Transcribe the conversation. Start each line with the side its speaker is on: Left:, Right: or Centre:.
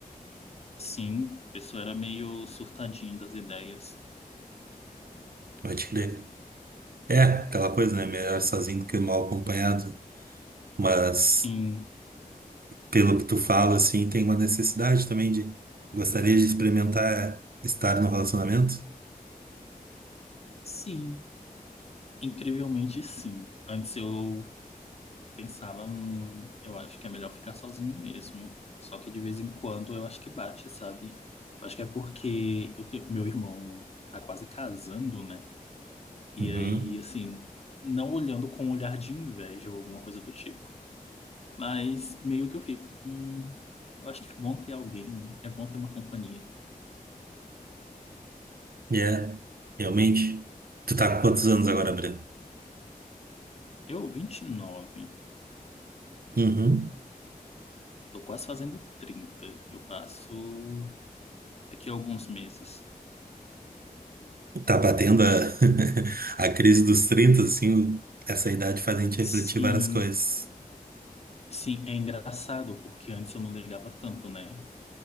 Left: Sim, a pessoa era meio surtadinha das ideias.
Right: Pode crer. É, aquela coisa, né? Melhor sozinho do que mal acompanhado. Mas,
Left: Sim,
Right: pelo que tu fala, assim, tem uma necessidade também de gostaria de experimentar estar no relacionamento.
Left: sim, incrivelmente sim. Antes eu pensava, hum, eu acho que é melhor ficar sozinho mesmo. Só que de vez em quando eu acho que bate, sabe? Acho que é porque eu tenho, meu irmão tá quase casando, né? E
Right: Uhum.
Left: aí, assim, não olhando com um olhar de inveja ou alguma coisa do tipo. Mas meio que eu fico, hum, eu acho que é bom ter alguém, né? É bom ter uma companhia.
Right: É, realmente. Tu tá com quantos anos agora, Breno?
Left: Eu, vinte e nove
Right: Uhum.
Left: Tô quase fazendo trinta Eu faço daqui a alguns meses.
Right: Tá batendo a, <laughs> a crise dos 30 assim, o- essa idade faz a gente refletir
Left: Sim,
Right: várias coisas.
Left: sim, é engraçado, porque antes eu não ligava tanto, né?